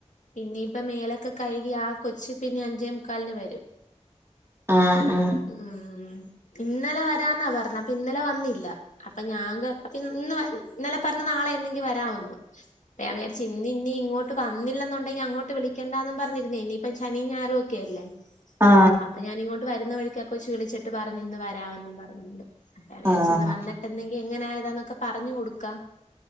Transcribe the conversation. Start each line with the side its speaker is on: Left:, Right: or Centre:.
Left: പിന്നെ ഇപ്പ മേലൊക്കെ കഴുകി ആ കൊച്ചി പിന്നെ അഞ്ചേ മുക്കാലിന് വരും
Right: ആ ആ
Left: ഉം ഇന്നലെ വരാന്നാ പറഞ്ഞ അപ്പ ഇന്നലെ വന്നില്ല അപ്പൊ ഞാ കാര് അപ്പ ഇന്ന് ഇന്നലെ പറഞ്ഞ നാളെ എന്തെങ്കി വരമൊന്ന് അപ്പൊ ഞാ വിചാരിച്ചു ഇ ഇന്ന് ഇനി ഇങ്ങോട്ട് വന്നില്ലെന്നുണ്ടെങ്കി അങ്ങോട്ട് വിളിക്കേണ്ടാന്നന്ന് പറഞ്ഞിന്നേ ഇനിയിപ്പം ശനിയ ഞരും ഒക്കെ അല്ലേ
Right: ആ
Left: അപ്പൊ ഞാനിങ്ങോട്ട് വരുന്ന വഴിക്കൊക്കെച്ച് വിളിച്ചിട്ട് പറഞ് ഇന്ന് വരാമെന്നും പറഞ്ഞണ്ട് <unintelligible>
Right: ആ
Left: വന്നിട്ടുന്നെങ്കിൽ എങ്ങന ആയതാ ന്നൊക്കെ പറഞ്ഞു കൊടുക്കാ